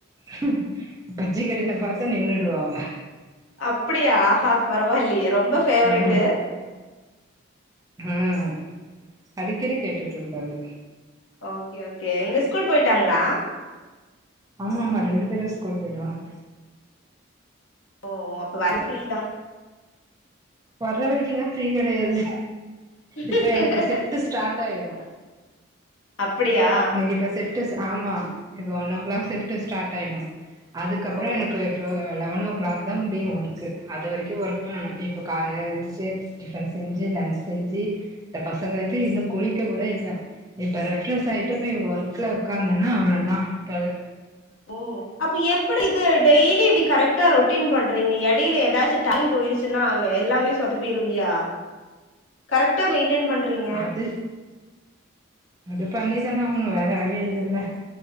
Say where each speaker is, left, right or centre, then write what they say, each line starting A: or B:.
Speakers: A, on the right; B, on the left.
A: உஹம் பஜ்ஜி கடை ல பார்த்தா நின்னுடுவா அவ
B: அப்டியா ஆஹா பரவாயில்லையே ரொம்ப ஃபேவரேட்டு்
A: ஆ ம் அடிக்கடி கேட்டுட்டு இருப்பாரு
B: ஓகே ஓகே எங்க ஸ்கூல் போயிட்டாங்களா
A: ஆமா ஆமா ரெண்டு பேரு ஸ்கூல் போயிடுவாங்
B: ஓ அப்ப வரைக்கு ஃப்ரீதா
A: வர்ற வரைக்குலா ஃப்ரீ கிடையாது
B: தா
A: இப்ப எனக்கு ஷிப்ட் ட்டு ஸ்டார்ட் ஆயிடு
B: அப்படியா
A: இன்னைக்கு இப்ப ஷிப்ட் ஆமா இப்போ one o'clock shift start ஆயிடு அதுக்கப்றோ
B: ஓ
A: எனக்கு டொ லெவன் ஓ கிளாக் தா முடியு ஒர்க்கு அது வரைக்கு ஒர்க் பண்ணணு இப்ப இப்போ காலைல எழுந்துச்சு டிஃபன் செஞ்சு லன்ச் செஞ்சு இந்த பசங்கள எழ்ப்பி இன்னு குளிக்க கூட இல்ல இப்ப ரெஃப்ரஸ் ஆயிட்டு போய் ஒர்க்ல உக்காந்தேனா அவ்ளோதா டொல்
B: ஓ அப்ப எப்படி வந்து டெய்லி எப்டி கரெக்டா ரொட்டீன் பண்றீங்க இடையில ஏதாச்சு டைம் போயிருச்சுனா எல்லாமே சொதப் பிருல்லியா கரெக்டா மெயின்டென் பண்றீங்க
A: அது அது பண்ணிதானே ஆகனு வேற வழி இல்லைல்ல